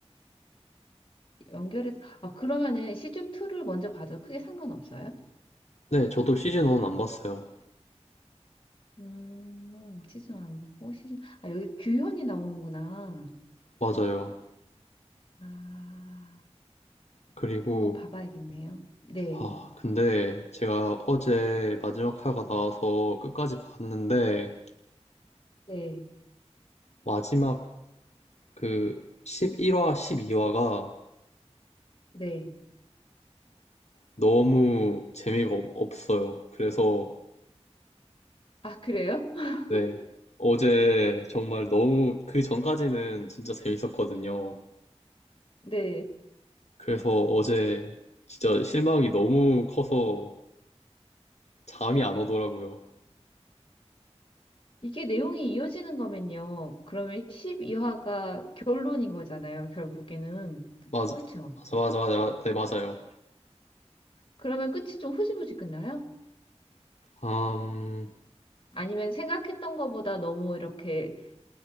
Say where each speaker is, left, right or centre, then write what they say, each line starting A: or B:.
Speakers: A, on the left; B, on the left.
A: 연결해서 아, 그러면은 시즌 2를 먼저 봐도 크게 상관없어요?
B: 네, 저도 시즌 1 안 봤어요.
A: 음, 시즌 1 보고 시즌 아, 여기 규현이 나오는구나.
B: 맞아요.
A: 아.
B: 그리고
A: 한번 봐봐야겠네요. 네,
B: 아, 근데 제가 어제 마지막 화가 나와서 끝까지 봤는데
A: 네,
B: 마지막 그 11화, 12화가
A: 네.
B: 너무 재미가 없- 없어요. 그래서
A: 아, 그래요? <laughs>
B: 네. 어제 정말 너무 그 전까지는 진짜 재밌었거든요.
A: 네.
B: 그래서 어제 진짜 실망이 너무 커서 잠이 안 오더라고요.
A: 이게 내용이 이어지는 거면요. 그러면 12화가 결론인 거잖아요, 결국에는.
B: 맞아,
A: 그쵸?
B: 맞아, 맞아, 맞아. 네, 맞아요.
A: 그러면 끝이 좀 흐지부지 끝나요?
B: 음,
A: 아니면 생각했던 거보다 너무 이렇게,